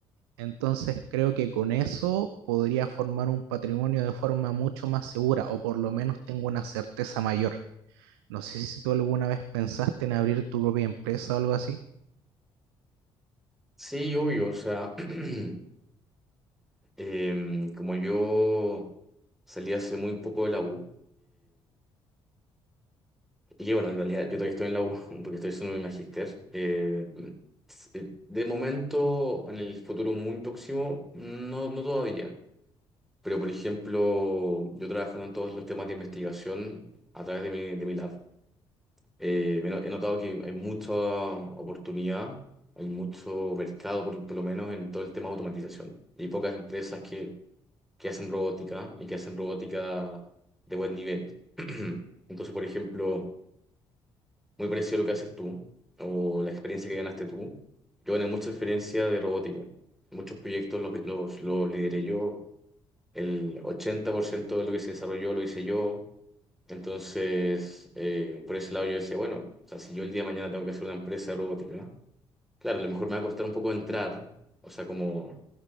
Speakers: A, on the right (about 75°); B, in the centre.
A: Entonces creo que con eso podría formar un patrimonio de forma mucho más segura o por lo menos tengo una certeza mayor. No sé si tú alguna vez pensaste en abrir tu propia empresa o algo así.
B: Sí, obvio, o sea, <clears throat> em, como yo salí hace muy poco de la U, Y que bueno, en realidad yo todavía estoy en la U <laughs> porque estoy haciendo mi magíster Eh, s- eh, de momento, en el futuro muy próximo, no, no todavía. Pero por ejemplo, yo trabajando en todos los temas de investigación a través de mi, de mi lab, eh, me no- he notado que hay mucha oportunidad, hay mucho mercado, por, por lo menos en todo el tema de automatización. Y hay pocas empresas que, que hacen robótica y que hacen robótica de buen nivel. <clears throat> Entonces, por ejemplo muy parecido a lo que haces tú o la experiencia que ganaste tú. Yo gané mucha experiencia de robótica. Muchos proyectos los, los, los lideré yo. El 80% de lo que se desarrolló lo hice yo. Entonces, eh, por ese lado yo decía, bueno, o sea, si yo el día de mañana tengo que hacer una empresa de robótica, claro, a lo mejor me va a costar un poco entrar, o sea, como